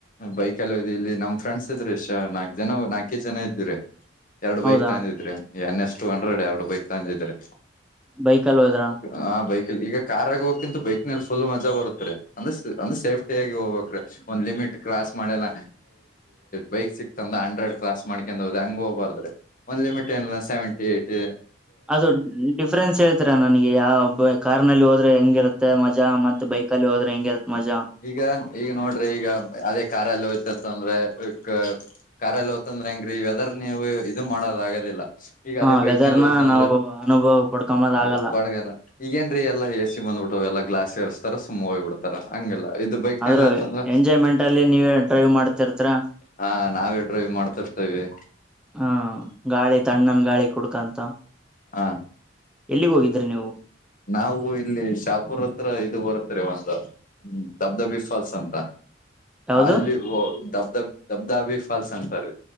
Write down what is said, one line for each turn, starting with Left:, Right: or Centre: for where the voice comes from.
Left: ಬೈಕ್ ಎಲ್ಲ ಇಲ್ಲಿ ನಮ್ ಫ್ರೆಂಡ್ಸ್ ಇದ್ರರು ಎಷ್ಟಾಗ ಜನ ನಾಲ್ಕೈ್ ಜನ ಇದ್ರರಿ ಎರಡು
Centre: ಹೌದಾ
Left: ಬೈಕ್ ತಂದಿದ್ರಿ ಎನ್ ಎಸ್ ಟು ಹಂಡ್ರೆಡ್ ಎರಡು ಬೈಕ್ ತಂದಿದ್ರೆ
Centre: ಬೈಕ್ಅಲ್ ಹೋದ್ರ
Left: ಹ ಬೈಕ್ಲ್ಲಿ ಈಗ ಕಾರ್ ಆಗ ಹೋಗಕ್ಕಿಂತ ಬೈಕ್ ನಲ್ಲಿ ಫುಲ್ ಮಜಾ ಬರುತ್ತ ರ ಅಂದ್ರೆ ಅಂದ್ ಸೇಫ್ಟಿ ಆಗ ಹೋಗ್ಬೇಕಕ್್ರೆ ಒಂದ್ ಲಿಮಿಟ್ ಕ್ರಾಸ್ ಮಾಡೆಲ್ಲ ಬೈಕ್ ಸಿಕ್ತಂದ ಹಂಡ್ರೆಡ್ ಕ್ರಾಸ್ ಮಾಡ್ಕಂಡ ಹದ ಹಂಗ ಹೋಗಬಾರ್ದ ಒಂದ್ ಲಿಮಿಟ್ ಏನ ಸೆವೆಂಟಿ ಏ್ಟಿ
Centre: ಅದು ಡಿಫ್ರೆನ್ಸ್ ಹೇಳ್ತರಾ ನನಗೆ ಯಾವ ಕಾರ್ ನಲ್ಲಿ ಹೋದ್ರೆ ಹೆಂಗಿರುತ್ತೆ ಮಜಾ ಮತ್ತೆ ಬೈಕ್ ಅಲ್ಲಿ ಹೋದ್ರೆ ಹೆಂಗಿರುತ್ತೆ ಮಜಾ
Left: ಈಗ ಈಗ ನೋಡ್ರಿ ಈಗ ಅದೇ ಕಾರಲ್ಲ ತ್ತ ಅಂದ್ರೆ ಈ ಕಾರಾರ್ ಎಲ್ಲಿ ಹ್ತಂದ್ರೆ ಹೆಂಗ್ರೀ ವದರ್ ನೀವು ಇದು ಮಾಡೋದ ಆಗೋದಿಲ್ಲ ಈಗ ಅದೇ
Centre: ಹ
Left: ಬೈಕ್
Centre: ವೆದರ್ನ
Left: ನಲ್ಲಿ ಹ್ತಂದ್ರೆ
Centre: ನಾವು ಅನುಭವ ಪಡ್ಕೊಂಬದ
Left: ಹ
Centre: ಆಗಲ್ಲ
Left: ಬಡ್ಗಲ್ಲ ಈಗೇನ್ರೀ ಎಲ್ಲಾ ಎ ಸಿ ಬಂದ್ಬಟ್ಟ ಎಲ್ಲಾ ಗ್ಲಾಸ್ರ್ಸ್ ರ ಸುಮ್ ಹೋಗ್ ಬಿಡ್ತಾರ ಹಂಗಗೆಲ್ಲ ಇದು ಬೈಕ್ನಲ್ಲ
Centre: ಆದ್ರೂ
Left: ತಂದ್ರ
Centre: ಎಂಜಾಯ್ಮೆಂಟ್ ಅಲ್ಲಿ ನೀವೇ ಡ್ರೈವ್ ಮಾಡ್ತಿರ್ತರ
Left: ಹಾ ನಾವೇ ಡ್ರೈವ್ ಮಾಡ್ತಿರ್ತೇವಿ
Centre: ಹ್ಮ ಗಾಳಿ ತಣ್ಣನ್ ಗಾಳಿ ಕುಡ್ಕಂತ
Left: ಹಾ
Centre: ಎಲ್ಲಿಗೆ ಹೋಗಿದ್ರಿ ನೀವು
Left: ನಾವು ಇಲ್ಲಿ ಶಾಪುರ್ ಹತ್ರ ಇ ಬರ್ತರಿ ಒಂದು ದಬ್ದಬಿ ಫಾಲ್ಸ್ ಅಂತ
Centre: ಯಾವ್ದು
Left: ಅಲ್ಲಿ ದಬ್ದ ದಬ್ದಾಬಿ ಫಾಲ್ಸ್ ಅಂತಾರೀ